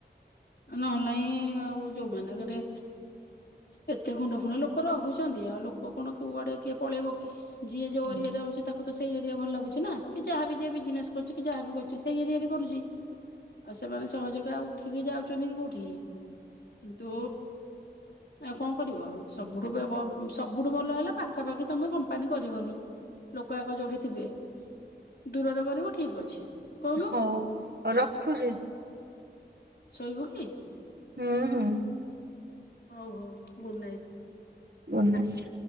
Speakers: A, on the left; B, on the right.
A: ନହେଲେ ନାଇ ଆଉ ଯୋଉମାନଙ୍କରେ ଏତେ ଗୁଣ୍ଡ ଫୁଣ୍ଡ ଲୋକ ରହୁଛନ୍ତି। ଆଉ ଲୋକ କଣ କଉଆଡେ କିଏ ପଳେଇବ କି? ଯିଏ ଯୋଉ
B: ହୁଁ।
A: ଏରିଆରେ ରହୁଛି ତାକୁ ତାକୁ ତ ସେଇ ଏରିଆ ଭଲ ଲାଗୁଛି ନା। କି ଜାହା ବି ଜିଏ ବିଜନେସ କରୁଛି କି ଯାହା ବି କରୁଛି ସେଇ ଏରିଆରେ କରୁଛି। ଆଉ ସେମାନେ ସହଜକେ ଆଉ ଉଠିକି ଯାଉଛନ୍ତି କି କୋଉଠିକି। କିନ୍ତୁ ଆଉ କଣ କରିବ। ସବୁଠୁ ବ ବ ସବୁଠୁ ଭଲ ହେଲା ପାଖାପାଖି ତମେ କମ୍ପାନୀ କରିବନି। ଲୋକ ବାକ ଯୋଉଠେ ଥିବେ। ଦୂରରେ କରିବ ଠିକ୍ ଅଛି। କହୁନ
B: ହୋଉ ହୋଉ ରଖୁଛି।
A: ଶୋଇବୁ କି?
B: ହୁଁ ହୁଁ।
A: ହଉ ହଉ ଗୁଡ଼୍ ନାଇଟ୍।
B: Good night.